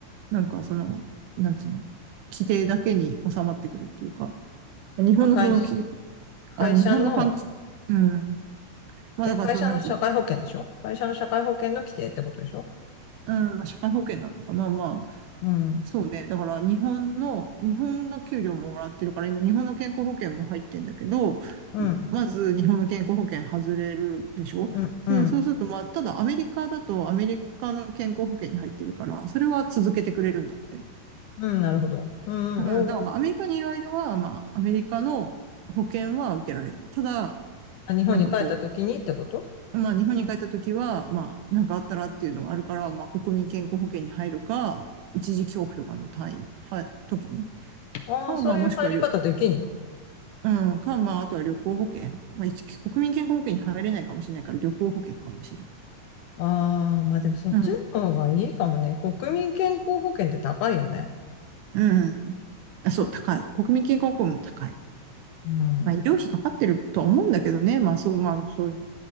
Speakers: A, on the right (about 80°); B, on the left (about 80°).
A: なんかその、なんつうの、規定だけに収まってくるっていうか、日本のそのき、
B: まあ、会社、会社の、
A: あ、日本の関係、うん。まあだからその、
B: え、会社の社会保険でしょ会社の社会保険の規定ってことでしょ
A: なんつうの、うん、まあ社会保険なのかな、まあ、
B: うん。
A: そうね。だから日本の、日本の給料ももらってるから、今日本の健康保険も入ってんだけど、
B: うん。
A: まず日本の健康保険外れるでしょで、
B: うん。うん。
A: そうすると、まあ、ただアメリカだとアメリカの健康保険に入ってるから、それは続けてくれるんだって。
B: うん、なるほど。うん。
A: うん、だからまあアメリカにいる間は、
B: うん
A: まあ、アメリカの保険は受けられる。ただ、
B: あ日本に帰った時にってこと
A: なんかこう、まあ、日本に帰った時は、まあ、なんかあったらっていうのがあるから、まあ、国民健康保険に入るか、一時帰国とかの単位、は、時に
B: ああー、
A: カーマもしくはりょ、
B: そういう入り方できんの
A: うん、カウマ、あとは旅行保険。まあ、一、国民健康保険に入れないかもしれないから、旅行保険かもしれん。
B: ああー、まあでもそっちの方がいいかもね。
A: うん、
B: 国民健康保険って高いよね。
A: うん。あ、そう、
B: うん。
A: 高い。国民健康保険も高い。
B: うん。
A: まあ、医療費かかってるとは思うんだけどね。まあ、そう、まあ、そういうの。